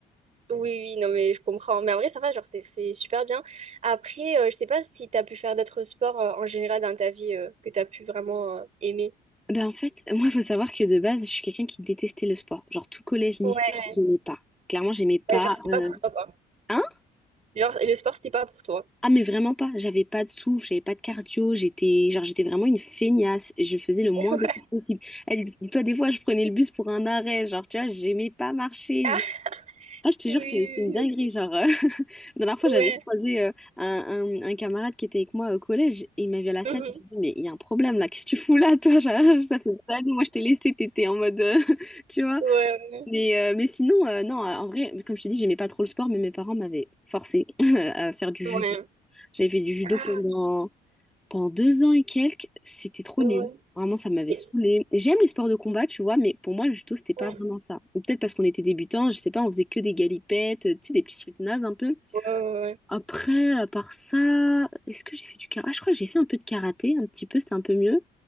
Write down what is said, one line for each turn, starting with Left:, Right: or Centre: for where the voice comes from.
Right: Oui, oui, non, mais je comprends. Mais en vrai, ça va, genre, c'est c'est super bien. Après, euh, je sais pas si t'as pu faire d'autres sports euh, en général dans ta vie euh, que t'as pu vraiment euh, aimer.
Centre: Ben, en fait, moi, il faut savoir que de base, je suis quelqu'un qui détestait le sport. Genre, tout collège, lycée,
Right: Ouais.
Centre: j'aimais pas. Clairement, j'aimais pas.
Right: Ouais, genre, c'était
Centre: euh,
Right: pas pour toi, quoi.
Centre: hein
Right: Genre, le sport, c'était pas pour toi.
Centre: Ah mais vraiment pas, j'avais pas de souffle, j'avais pas de cardio, j'étais genre j'étais vraiment une feignasse, et je faisais le moins
Right: <laughs> Ouais.
Centre: d'efforts possible. Elle, toi des fois je prenais le bus pour un arrêt, genre tu vois, j'aimais pas marcher.
Right: Ah,
Centre: je- Ah je te
Right: oui,
Centre: jure c'est c'est une dinguerie,
Right: oui, oui.
Centre: genre euh, <laughs> la dernière fois
Right: ok.
Centre: j'avais
Right: Ouais.
Centre: croisé euh, un, un- un camarade qui était avec moi au collège et il m'a vu à la
Right: Mhm.
Centre: scène, il m'a dit mais il y a un problème là, qu'est-ce que tu fous là toi? <laughs> Genre, ça fait des années, moi je t'ai laissé, t'étais en mode euh, <laughs> tu vois.
Right: Ouais,
Centre: Mais euh, mais sinon euh, non, en vrai comme je t'ai dit, j'aimais pas trop le sport mais mes parents m'avaient forcé <laughs> à faire du
Right: ouais.
Centre: judo.
Right: ouais.
Centre: J'avais fait du judo
Right: Ah,
Centre: pendant, pendant deux ans et quelques. C'était trop
Right: ok.
Centre: nul.
Right: ouais.
Centre: Vraiment, ça m'avait
Right: Et-
Centre: saoulée. J'aime les sports de combat, tu vois, mais pour moi, le judo, c'était pas
Right: Ouais,
Centre: vraiment ça. Ou peut-être parce qu'on était débutants, je sais pas, on faisait que des galipettes, euh, tu sais, des petits trucs nazes un peu.
Right: ouais, ouais.
Centre: Après, à part ça, est-ce que j'ai fait du karaté? Ah, je crois que j'ai fait un peu de karaté, un petit peu, c'était un peu mieux.